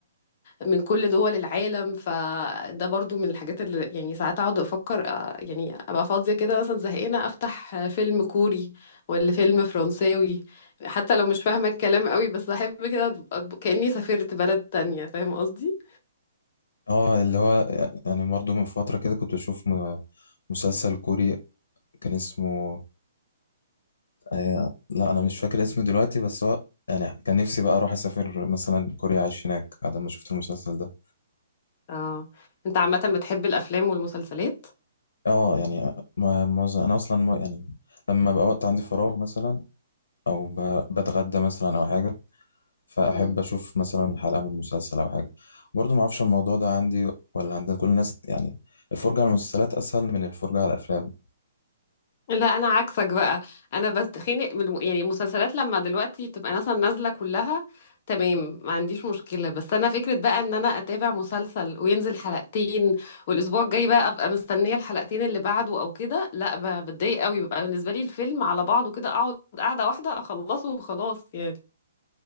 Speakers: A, on the left; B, on the left.
A: من كل دول العالم فده برضو من الحاجات اللي يعني ساعات اقعد افكر آه، يعني ابقى فاضية كده مثلا زهقانة افتح آه، فيلم كوري ولا فيلم فرنساوي حتى لو مش فاهمة الكلام قوي بس احب كده أبقى- كأني سافرت بلد تانية فاهم قصدي؟
B: اه اللي هو يعني برضه من فتره كده كنت بشوف م- مسلسل كوري كان اسمه آه لا انا مش فاكر اسمه دلوقتي بس هو يعني كان نفسي بقى اروح اسافر مثلا كوريا اعيش هناك بعد ما شفت المسلسل ده
A: اه انت عامة بتحب الافلام والمسلسلات؟
B: اه يعني آه، ما- معظم انا اصلا ما- يعني لما بقى وقت عندي فراغ مثلا او ب- بتغدى مثلا او حاجه فاحب
A: امم
B: اشوف مثلا حلقه من مسلسل او حاجه برضو ما اعرفش الموضوع ده عندي ولا عند كل الناس يعني الفرجه على المسلسلات اسهل من الفرجه على الافلام
A: لا انا عكسك بقى انا بتخنق من الم- يعني المسلسلات لما دلوقتي بتبقى مثلا نازله كلها تمام ما عنديش مشكله بس انا فكره بقى ان انا اتابع مسلسل وينزل حلقتين والاسبوع الجاي بقى ابقى مستنيه الحلقتين اللي بعده او كده لا ب- بتضايق قوي بيبقى بالنسبه لي الفيلم على بعضه كده اقعد قاعده واحده اخلصه وخلاص يعني